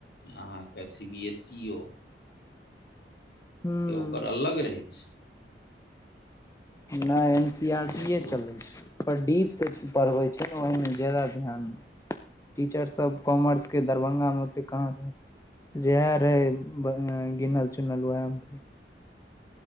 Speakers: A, on the left; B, on the left.
A: अहाँके सी बी एस ई ओ मे
B: हुं
A: की ओकर अलग रहैय छैय।
B: नै N C E R
A: अँ,
B: T ए
A: ओ
B: चलैय छैय, पर डीप से पढ़बै छैय न ओहिमे ज्यादा ध्यान टीचर सब कॉमर्स के दरभंगामे ओत्ते कहाँ रहैय। जेएह रहैय गिनल-चुनल वैहमे पढ़लियै।